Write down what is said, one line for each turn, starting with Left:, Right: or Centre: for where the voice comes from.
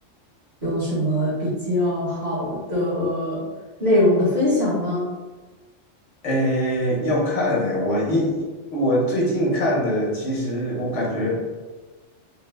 Right: 有什么比较好的内容的分享吗？
Left: 诶，要看嘞，我一一我最近看的，其实我感觉。